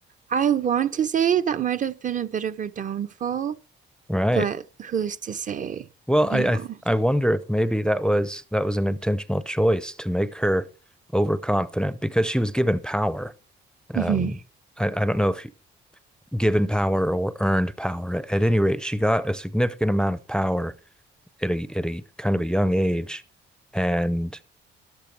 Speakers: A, on the right; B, in the centre.
A: I want to say that might have been a bit of her downfall,
B: right
A: but who's to say,
B: well
A: you
B: I,
A: know?
B: I i wonder if maybe that was that was an intentional choice to make her overconfident because she was given power um
A: Mm-hmm.
B: i, I don't know if given power or earned power at at any rate she got a significant amount of power at a at a kind of a young age, and